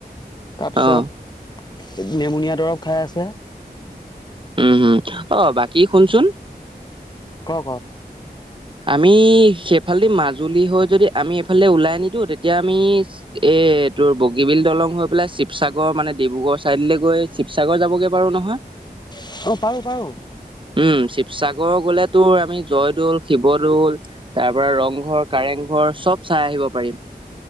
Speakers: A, on the left; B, on the right.
A: তাৰপিছত
B: অ
A: নেমনীয়া দৰৱ খাই আছে।
B: উম হম আহ বাকী শুনচোন।
A: ক ক
B: আমি সেইফালেদি মাজুলী হৈ যদি আমি এইফালে ওলাই নিদিওঁ তেতিয়া আমি এ এ তোৰ বগীবিল দলং হৈ পেলাই শিৱসাগৰ মানে ডিব্ৰুগড়ৰ ছাইডলৈ গৈ শিৱসাগৰ যাবগে পাৰো নহয়।
A: অ', পাৰো পাৰো
B: উম শিৱসাগৰ গলে তো আমি জয়দৌল ল তাৰ পৰা ৰংঘৰ কাৰেং ঘৰ চব চাই আহিব পাৰিম।